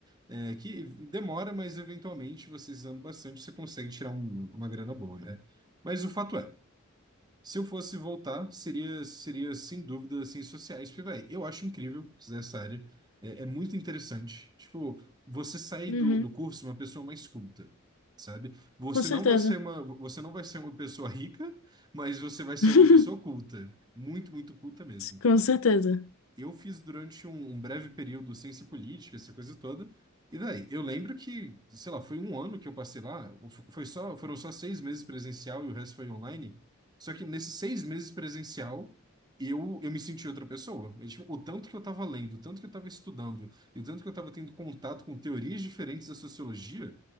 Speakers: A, on the right (about 20°); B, on the left (about 90°).
A: É, que demora, mas eventualmente, você usando bastante, você consegue tirar um- uma grana boa, né? Mas o fato é, se eu fosse voltar, seria, seria sem dúvida ciências sociais, porque, véi, eu acho incrível essa área, é, é muito interessante. Tipo, você sair
B: uhum.
A: do, do curso uma pessoa mais culta, sabe? Você
B: Com
A: não
B: certeza.
A: vai ser uma, você não vai ser uma pessoa rica, mas você vai ser
B: <laughs>
A: uma pessoa culta, muito, muito culta mesmo
B: Com certeza.
A: eu fiz durante um, um breve período ciência política, essa coisa toda. E daí, eu lembro que, sei lá, foi um ano que eu passei lá, ou fo- foi só, foram só seis meses presencial e o resto foi online. Só que nesses seis meses presencial, eu, eu me senti outra pessoa. É, tipo, o tanto que eu estava lendo, o tanto que eu estava estudando, e o tanto que eu estava tendo contato com teorias diferentes da sociologia,